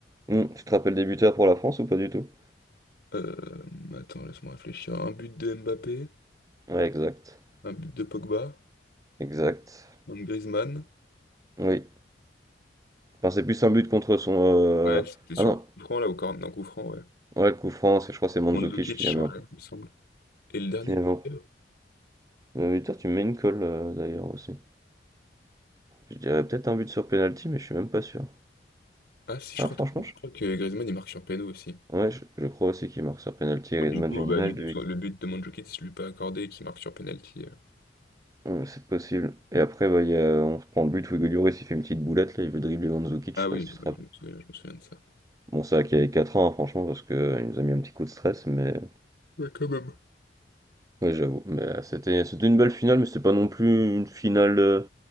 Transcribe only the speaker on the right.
Hum, tu te rappelles des buteurs pour la France ou pas du tout?
Ouais, exact.
Exact.
Oui. Enfin, c'est plus un but contre son. euh,
Ah non.
Ouais, le coup franc, c'est- je crois que c'est Mandzukic
qui la met
un peu.
Qui la
met en- Euh, putain, tu mets une colle euh, d'ailleurs aussi. Je dirais peut-être un but sur penalty, mais je suis même pas sûr.
Ah,
franchement, je...
ouais, je, je crois aussi qu'il marque sur penalty. Griezmann,
j'ai une
image
de l'équipe.
Hum, C'est possible. Et après, bah, il y a- on prend le but où Hugo Lloris, il fait une petite boulette, là, il veut dribbler Mandzukic,
je sais
pas si
tu te rappelles.
Bon, c'est vrai qu'il avait 4 ans, hein, franchement, parce que euh, il nous a mis un petit coup de stress, mais
Ouais, j'avoue. Mais euh, c'était c'était une belle finale, mais c'était pas non plus une finale euh,